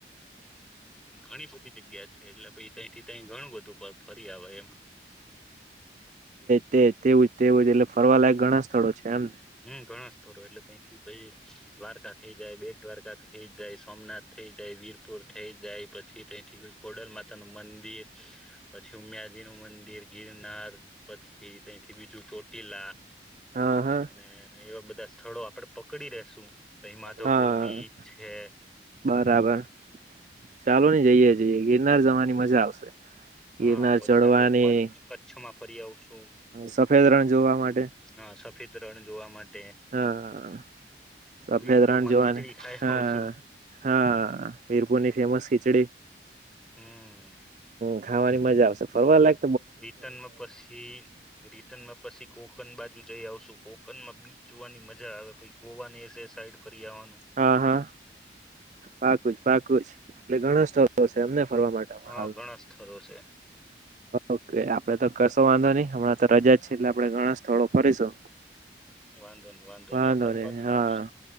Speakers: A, in the centre; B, on the right.
A: ઘણી બધી જગ્યા છે, એટલે પછી તેથી ત ઘણું બધું. ફરી આવે એમ.
B: તે તેવું તેવું એટલે. ફરવા લાયક ઘણા સ્થળો છે, એમ
A: હું ઘણા સ્થળો એટલે તેથી પછી દ્વારકા થઈ જાય, બે દ્વારકા થઇ જાય, સોમનાથ થઇ જાય વીરપુર થઇ જાય, પછી તથી ખોડલ માતા નું મંદિર પછી ઉમિયાજી નું મંદિર ગિરનાર પછી તથી બીજું ચોટીલા.
B: હા હા
A: અને એવા બધા સ્થળો આપડે પકડી રશું પ માધવપુર
B: હા
A: બીચ છે
B: બરાબર ચાલો નની જઈએ જઈએ ગિરનાર જવાની મજા આવશે
A: હા
B: ગિરનાર
A: પછી
B: ચડવાની
A: આપડે કચ્છ કચ્છમાં ફરી આવશું
B: સફેદ રણ જોવા માટે
A: હા સફેદ રણ જોવા માટે
B: હા સફેદ
A: વીરપુર
B: રાણ
A: માં
B: જોવાની
A: ખીચડી ખાઈ
B: હ
A: આવશું
B: હા વીરપુરની ફેમસ ખીચડી
A: હમ
B: ાવાની મજા આવશે ફરવા લાગ
A: રિટર્નમાં પછી રિટર્ન માં પછી કોકન બાજુ જઈ આવશું કોકન માં બીચ જોવાની મજા આવે પછ ગોવા ને એ એ સાઈડ કરિયાવાનું
B: હા હા પાકું જ પાકું જ એટલે ઘણા સ્ટળ છે એમને ફરવા માટે
A: હા
B: હાલમાં
A: ઘણા સ્થળો છે
B: ઓકે આપડે તો કરશો વાંધો નહીહમણાં તો રજા જ છે એટલે આપણે ઘણા સ્થળો ફરીશું
A: વાંધો નહી વાંધો
B: વાંધોને
A: નહી આપડે ફરતા
B: હા
A: આવશું